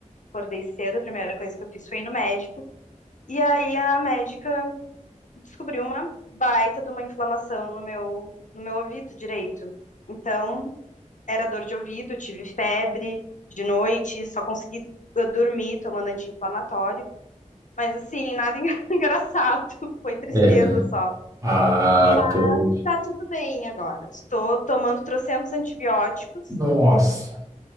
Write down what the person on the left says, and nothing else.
acordei cedo, a primeira coisa que eu fiz foi ir no médico. E aí a médica descobriu uma baita de uma inflamação no meu, no meu ouvido direito. Então, era dor de ouvido, tive febre de noite, só consegui dormir tomando anti-inflamatório. Mas assim, nada <laughs> engraçado, foi tristeza
só.
Mas
tá tudo bem agora. Estou tomando trocentos antibióticos,